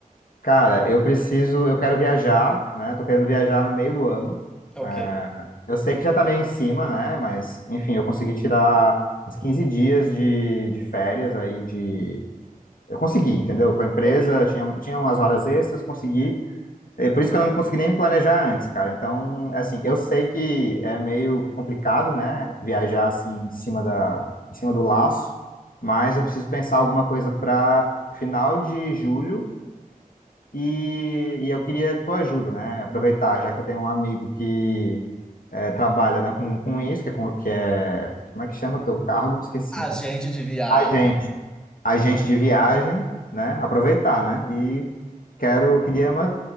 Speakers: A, on the left; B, in the centre.
A: Cara, eu preciso, eu quero viajar, né? Tô querendo viajar no meio do ano.
B: Ok,
A: É, eu sei que já tá meio em cima, né? Mas, enfim, eu consegui tirar uns 15 dias de, de férias aí de. Eu consegui, entendeu? Com a empresa,
B: ok.
A: tinha, tinha umas horas extras, consegui. É por isso que eu não consegui nem me planejar antes, cara. Então, é assim, eu sei que é meio complicado, né, viajar assim em cima da, em cima do laço, mas eu preciso pensar alguma coisa para final de julho e, e eu queria tua ajuda, né? Aproveitar, já que eu tenho um amigo que é, trabalha, né, com, com isso, que é, com- que é, como é que chama o teu cargo? Esqueci
B: Agente de viagem.
A: a gente, a gente de viagem, né? Aproveitar, né? E quero, queria umas